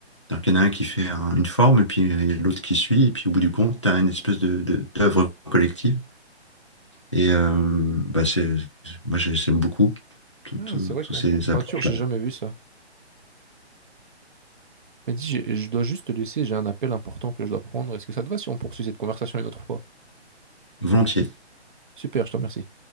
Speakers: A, on the left; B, on the right.
A: C'est-à-dire qu'il y en a un qui fait un- une forme, et puis euh, l'autre qui suit, et puis au bout du compte, tu as une espèce de, de- d'œuvre collective. Et euh, bah, c'est, moi, j'ai- j'aime beaucoup tout-
B: Ah,
A: tout-
B: c'est vrai
A: tous
B: qu'en
A: ces
B: en peinture,
A: approches.
B: j'ai jamais vu ça. Mais dis, j'ai- je dois juste te laisser, j'ai un appel important que je dois prendre. Est-ce que ça te va si on poursuit cette conversation une autre fois?
A: Volontiers.
B: Super, je te remercie.